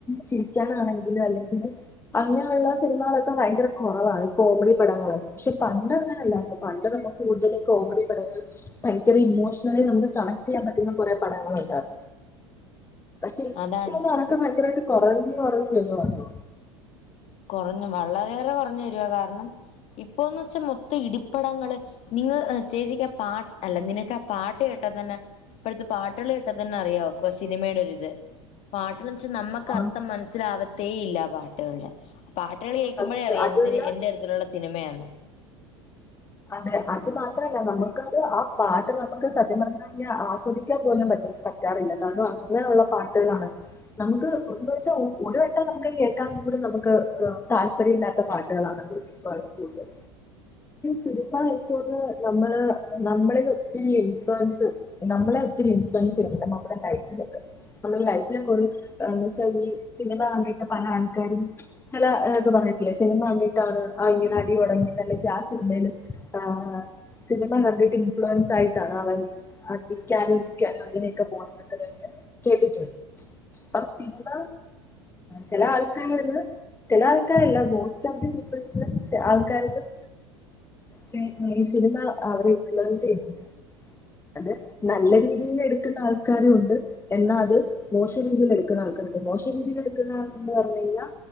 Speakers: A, on the left; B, on the left.
A: ചിരിക്കാനാണെങ്കിൽ അല്ലെങ്കിലും അങ്ങനെയുള്ള സിനിമകളൊക്കെ ഭയങ്കര കുറവാണ് ഈ കോമഡി പടങ്ങള് പക്ഷെ പണ്ട് അങ്ങനെല്ലായിരുന്നു പണ്ട് നമ്മുക്ക് കൂടുതലും കോമഡി പടങ്ങൾ് ഭയങ്കര ഇമോഷണലി നമുക്ക് കണക്ട് ചെയ്യാൻ പറ്റുന്ന കുറെ പടങ്ങളൂണ്ടായിരുന്നു പക്ഷെ
B: അതാണ്
A: ഭയങ്കരയട്ട കുറഞ്ഞു കുറഞ്ഞു വരുവയിരുന്നു എന്തു
B: കുറഞ്ഞു വളരെയേറെ കുറഞ്ഞു വരുവാ കാരണം ഇപ്പൊന്ന് വെച്ചാ മൊത്തം ഇടിപ്പടങ്ങള് നിങ്ങ തേച്ചിക്ക് പാട്ട് അല്ല നിനക്ക് ആ പാട്ട് കേട്ടാ തന്നെ ഇപ്പോഴത്തെ പാട്ടുകൾ കേട്ട തന്നെ അറിയാക്കോ സിനിമയുടെ ഒരിത് പാട്ടൾ വെച്ചാൽ നമ്മുക്ക്
A: ആ
B: അർത്ഥം മനസ്സിലാകത്തേ ഇല്ല പാട്ടുകളുടെ പാട്ടുകൾ കേൾക്കുമ്പോഴേ
A: സത്യം
B: അറിയാം
A: അതുമല്ല
B: എന്തി എന്ത് തരത്തിലുള്ള സിനിമയാാണ്
A: അതെ അത് മാത്രല്ല നമുക്കത് ആ പാട്ട് നമുക്ക് സത്യം പറഞ്ഞ ആസ്വദിക്കാൻ പോലും പറ്റ പറ്റാറില്ല കാരണം അങ്ങനെയുള്ള പാട്ടുകളാണ് നമുക്ക് ഒന്നു വെച്ചാ ഒരു വട്ടം നമുക്ക് കേൾക്കാൻ കൂടിം നമുക്ക് താല്പര്യ ഇല്ലാത്ത പാട്ടുകളാണത് പണി കൂടുതൽ സിനിമ ആയിട്ടോന്ന് നമ്മള് നമ്മളൽ ഒത്തിരി ഇൻഫ്ലുവൻസ് നമ്മളെ ഒത്തിരി ഇൻഫ്ലുവൻസ് ചെയ്യണ്ട് നമ്മ ലൈഫിലൊക്കെ നമ്മുടെ ലൈഫിലൊക്കെ തെളിഞ്ഞി സിനിമ കാണിട്ട് പല ആൾക്കാരും ചിലത പറഞ്ഞിട്ടില്ലേ സിനിമ ക ണ്ടിട്ടാണ് അ ഇങ്ങനെ അടി തുടങ്ങിയത് അലകിൽ ആ സിനിമ യിൽ ആഹ് സിനിമ കണ്ടിട്ട് ഇൻഫ്ലുവൻസ് ആയിട്ടാണ് അവർ അടിക്കാനും അങ്ങനെയൊക്കെ പോണത് എന്നൊക്കെ കേട്ടിട്ടുണ്ട് അപ്പ സിനിമ ചില ആൾക്കാരിൽ ചില ആൾക്കാരെല്ലാം ബോസ് ചബ്ബി പീപ്പിൾസിനെ ചേ ആൾക്കാരും പി മെയിൻ സിനിമ അവര് ഇഫ്ലുവൻസ് ചെയ്യുന്നുണ്ട് അത് നല്ല രീതിൽ എടുക്കുന്ന ആൾക്കാര് ഇണ്ട് എന്നാൽ അത് മോശ രീതിയിൽ എടുക്കുന്ന ആൾക്കാരുണ്ട് മോശ രീതിയിൽ എടുക്കുന്ന ആഹ് എന്ന് പറഞ്ഞു കഴിഞ്ഞാൽ